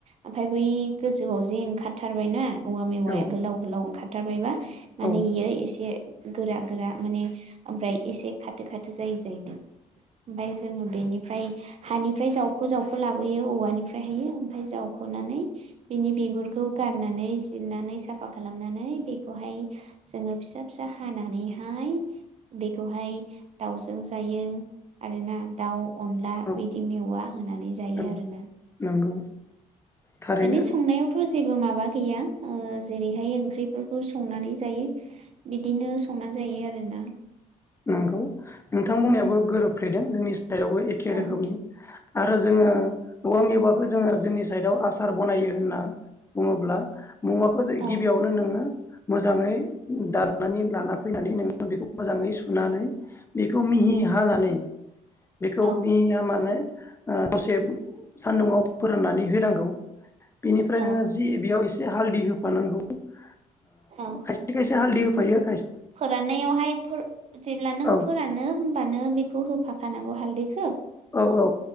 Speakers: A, on the right; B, on the left.
A: ओमफ्राय बै गो जौआव जे ओंखारथारबाय ना औवा मेवाइया
B: औ
A: गोलाव गोलाव ओंखार थारबायबा। माने
B: औ
A: इयो इसे गोरा गोरा माने ओमफ्राय एसे खाथो खाथो जायो जाहैदों ओमफाय जोङो बेनिफ्राय हानिफ्राय जावख' जावख' लाबोयो औवानिफ्राय हाययो ओमफ्राय जावख'नानै बिनि बिगुरखौ गारनानै जिरनानै साफा खालामनानै बेखौहाय जोङो फिसा फिसा हानानैहाय बेखौहाय दाउजों जायो आरोना दाउ अनला
B: औ
A: बिदि मेवा होनानै जायो
B: औ
A: आरोना।
B: नंगौ थारैनो
A: दानि संनायावथ' ज जेबो माबा गैया ओ जेरैहाय ओंख्रिफोरखौ संनानै जायो बिदिनो संनानै जायो आरोना।
B: नंगौ नोंथां बुंनायाबो
A: उम
B: गोरोबफ्लेदों जोंनि स सायदायावबो एखे
A: औ
B: रोखोमनि। आरो जोङो औवा मेवाखौ जोङो जोंनि साइडआव आसार बनायो होनना बुङोब्ला मुवाखौ
A: औ
B: गिबियावनो नोङो मोजाङै दाननानै लाना फैनानै नोङो बेखौ मोजाङै सु सुनानै बेखौ मिहि
A: उम
B: हानानै बेखौ
A: औ
B: मिहि हामाने ओ दसेब सान्दुंङाव फोराननानै होनांगौ। बेनिफ्राय
A: औ
B: नोङो जि बेयाव एसे ह हालदि होफानांगौ। ओ
A: औ
B: खायसे खायसे हालदि फायो।
A: फोराननायावहाय फोर जेब्ला नों
B: औ
A: फोरानो होमबानो बेखौ होफ फाखानांगौ हालदैखो।
B: औ औ